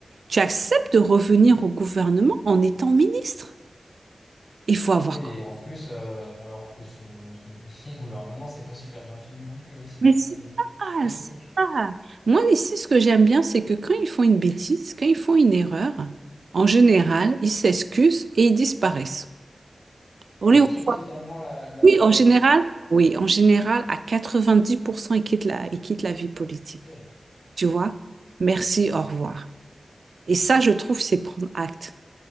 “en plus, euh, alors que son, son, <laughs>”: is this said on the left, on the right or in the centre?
Left